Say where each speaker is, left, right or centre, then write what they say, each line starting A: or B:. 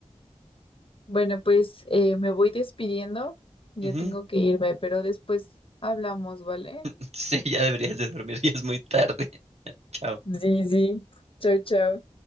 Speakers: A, on the left; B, on the right.
A: Bueno, pues eh, me voy despidiendo, ya
B: Ujú.
A: tengo que irme, pero después hablamos, ¿vale?
B: <laughs> Sí, ya deberías de dormir, ya es muy tarde. <laughs> Chao.
A: Sí, sí, chao, chao.